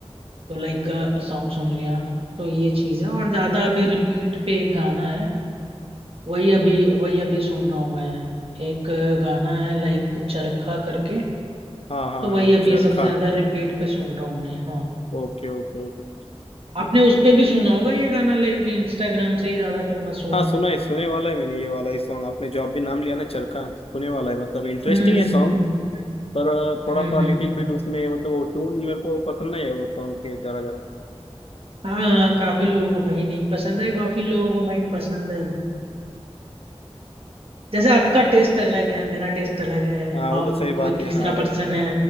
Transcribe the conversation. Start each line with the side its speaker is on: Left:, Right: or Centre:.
Right: तो लाइक सॉन्ग सुन लिया तो ये चीज है और ज्यादा अभी रिपीट पे एक गाना है वही अभी वही अभी सुन रहा हूँ मैं एक अ, गाना है लाइक चरखा करके
Left: हाँ हाँ
Right: तो
Left: हाँ
Right: वही अभी
Left: चरखा
Right: सबसे ज्यादा रिपीट पे सुन रहा हूँ मैं हाँ
Left: Okay okay okay
Right: आपने उस पे भी सुना होगा ये गाना लाइक इंस्टाग्राम से ही ज्यादा फेमस हुआ
Left: हाँ सुना
Right: है
Left: है सुने वाला है मैंने ये वाला ही सॉन्ग आपने जो आप भी नाम लिया ना चरखा सुने वाला है मतलब इंटरेस्टिंग
Right: हम्म
Left: है
Right: हम्म
Left: सॉन्ग
Right: हम्म
Left: पर थोड़ा
Right: हम्म
Left: सा
Right: हम्म,
Left: लिटिल
Right: हम्म।
Left: बिट उसमें मतलब वो ट्यून मेरे को पसंद नहीं है वो सॉन्ग के जरा जरा
Right: हाँ हाँ काफी लोगों को भाई नहीं पसंद है काफी लोगों को भाई पसंद है जैसे आपका टेस्ट अलग है मेरा टेस्ट अलग है
Left: हाँ वो
Right: और
Left: तो सही बात
Right: कोई
Left: है
Right: तीसरा
Left: हाँ
Right: पर्सन है